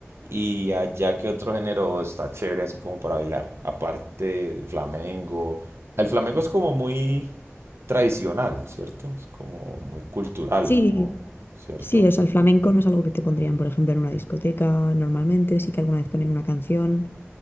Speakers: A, on the right; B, on the left.
A: Y allá que otro género está chévere así como para bailar, aparte del flamenco. El flamenco es como muy tradicional, ¿cierto? Es como muy cultural,
B: Sí,
A: o- ¿cierto?
B: sí, o sea, el flamenco no es algo que te pondrían, por ejemplo, en una discoteca normalmente, sí que alguna vez ponen una canción,